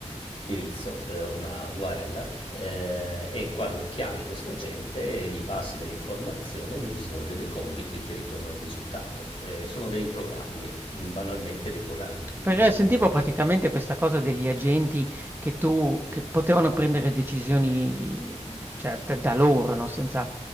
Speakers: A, on the left (about 50°); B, on the right (about 15°).
A: indirizzo, eh, una URL, eh, e quando chiami questo agente gli passi delle informazioni, lui svolge dei compiti e ti ritorna un risultato. Eh, sono dei programmi, banalmente dei programmi,
B: Perché
A: non
B: sentivo
A: niente di più.
B: praticamente questa cosa degli agenti che tu che potevano prendere decisioni, cioè da da loro, no, senza